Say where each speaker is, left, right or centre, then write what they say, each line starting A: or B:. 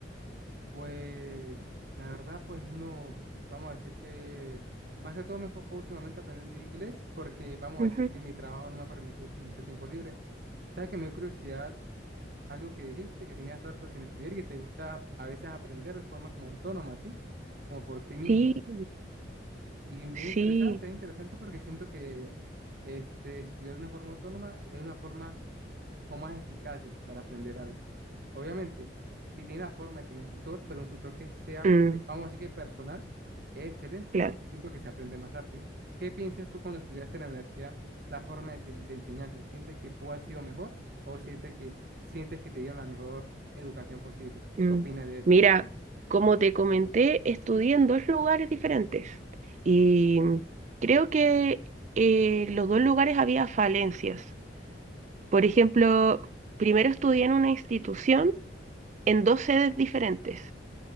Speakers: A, on the right; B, on the right.
A: pues, la verdad, pues no, vamos a decir que, más que todo me enfoco últimamente aprendiendo inglés porque vamos
B: Ujú.
A: a decir que mi trabajo no me ha permitido tener mucho tiempo libre. ¿Sabes que me dio curiosidad algo que dijiste, que tenías rato sin estudiar y que te gusta a veces aprender de forma como autónoma, ¿sí? Como por ti misma.
B: Sí,
A: Y muy
B: sí,
A: interesante, es interesante porque siento que este, estudiar de una forma autónoma es una forma o más eficaces para aprender algo. Obviamente, si tiene la forma de tener un tutor, pero un tutor que sea,
B: Mm,
A: vamos a decir que personal, es excelente
B: claro.
A: porque siento que se aprende más rápido. ¿Qué piensas tú cuando estudiaste en la universidad, la forma de, ense- de enseñanza? ¿Sientes que pudo haber sido mejor o sientes que, sientes que te dieron la mejor educación posible?
B: Mm,
A: ¿Qué opinas de eso?
B: Mira, como te comenté, estudié en dos lugares diferentes y creo que eh, los dos lugares había falencias. Por ejemplo, primero estudié en una institución en dos sedes diferentes